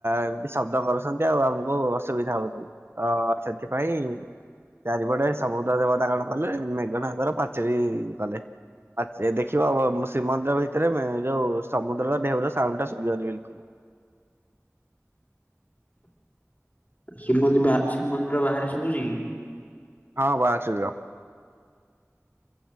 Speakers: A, on the right; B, on the left.
A: ଏମତି ଶବ୍ଦ କରୁଛନ୍ତି ଆଉ ଆମକୁ ଅସୁବିଧା ହଉଛି। ଅ ସେଥିପାଇଁ ଚାରିପଟେ ସମୁଦ୍ର ଦେବତାରଣ କଲେ ମେଘନାଦର ପାଚେରି ବି କଲେ। ଆଛ ଦେଖିବ ଶ୍ରୀମନ୍ଦିର ଭିତରେ ଯୋଉ ସମୁଦ୍ରର ଢେଉର ସାଉଣ୍ଡ ଟା ସୁଭେନି ବୋଲି।
B: ଶ୍ରୀମନ୍ଦିର ବା ଶ୍ରୀମନ୍ଦିର ବାହାରେ ଶୁଭୁଛି କି?
A: ହଁ <inaudible>